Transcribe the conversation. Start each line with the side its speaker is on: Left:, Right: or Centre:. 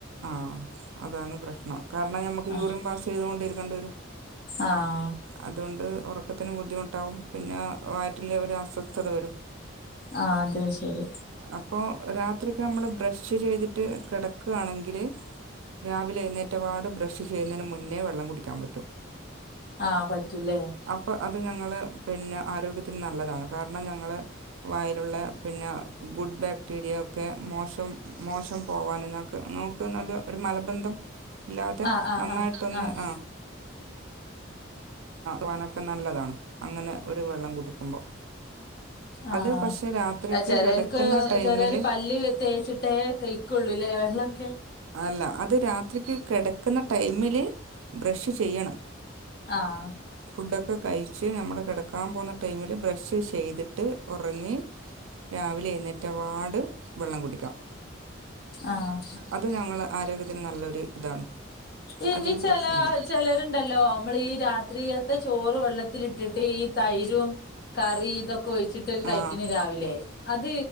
Right: ആ അതാണ് പ്രശ്നം കാരണം ഞമ്മക്ക്
Left: ആഹ്
Right: യൂറിയൻ പാസ് ചെയ്ത് കൊണ്ടിരിക്കേണ്ടി വരും
Left: ആഹ്
Right: അതുകൊണ്ട് ഉറക്കത്തിന് ബുദ്ധിമുട്ടാവും പിന്നെ വയറ്റിലെ ഒരു അസ്വസ്ഥത വരും
Left: ആഹ് അത് ശരി
Right: അപ്പോ രാത്രിക്കെ നമ്മള് ബ്രഷ് ചെയ്തിട്ട് ട്ട് കിടക്കാണെങ്കിൽ രാവിലെ എഴുന്നേറ്റപാട് ബ്രഷ് ചെയ്യുന്നതിന് മുന്നേ വെള്ളം കുടിക്കാൻ പറ്റും
Left: ആഹ് പറ്റൂലേ
Right: അപ്പൊ അത് ഞങ്ങള് പിന്നെ ആരോഗ്യത്തിന് നല്ലതാണ് കാരണം ഞങ്ങള് വായിലുള്ള പിന്നെ ഫുഡ് ബാക്ടീരിയ ഒക്കെ മോശം മോശം പോവാന ക്ക് നമുക്ക് നല്ല ഒരു മലബന്ധം ഇല്ലാതെ
Left: ആഹ് ആഹ്
Right: നന്നായിട്ടൊന്ന്
Left: ആഹ്
Right: ആ വാനൊക്കെ നല്ലതാണ് അങ്ങനെ ഒരു വെള്ളം കുടിക്കുമ്പോൾ
Left: ആഹ
Right: അത് പക്ഷെ രാത്രിക്ക്
Left: ചിലക്ക്
Right: കിടക്കുന്ന ടൈമില്
Left: ചിലൽ പല് തേച്ചിട്ടേ ക ക്കുള്ളൂല്ലേ വെള്ളൊക്കെ
Right: അല്ല അത് രാത്രിക്ക് കിടക്കുന്ന ടൈമിൽ ബ്രഷ് ചെയ്യണം
Left: ആഹ്
Right: ഫുഡൊക്കെ കഴിച്ച് നമ്മള് കിടക്കാൻ പോകുന്ന ടൈമില് ബ്രഷ് ചെയ്തിട്ട് ഉറങ്ങി രാവിലെ എഴുന്നേറ്റപാട് വെള്ളം കുടിക്കാം
Left: ആഹ്
Right: അതു ഞങ്ങള് ആരോഗ്യത്തിന് നല്ലൊരു ഇതാണ്
Left: ഈഈ
Right: അതിൽ
Left: ചില
Right: പ്രശ്നമില്ല
Left: ചിലരുണ്ടല്ലോ നമ്മൾ ഈ രാത്രിയത്തെ ചോറ് വെള്ളത്തിലിട്ട് ഇട്ടിട്ട് ഈ തൈരും കറി ഇതൊക്കെ ഒഴിച്ചിട്ട് കഴിക്കണ
Right: ആ
Left: രാവിലെ അത്